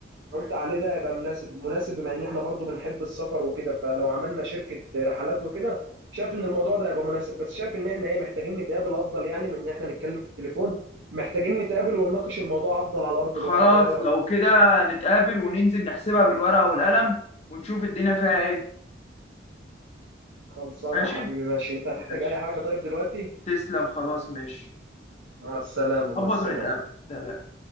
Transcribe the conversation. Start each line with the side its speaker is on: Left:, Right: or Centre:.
Right: قلت عليه ده هيبقى مناسب مناسب بما ان احنا برضو بنحب السفر وكده فلو عملنا شركة رحلات وكده شايف ان الموضوع ده هيبقى مناسب بس شايف ان احنا ايه محتاجين نتقابل افضل يعني من ان احنا نتكلم في التليفون محتاجين نتقابل ونناقش الموضوع افضل على ارض
Left: خلاص
Right: الواقع ايه رأيك
Left: لو كده نتقابل وننزل نحسبها بالورقة والقلم ونشوف الدنيا فيها ايه
Right: خلصانة
Left: ماشي
Right: يا حبيبي ماشي انت هتحتاج
Left: ماشي
Right: اي حاجة طيب دلوقتي
Left: تسلم خلاص ماشي
Right: مع السلامة مع
Left: ظبط
Right: السلامة
Left: ونتقابل سلام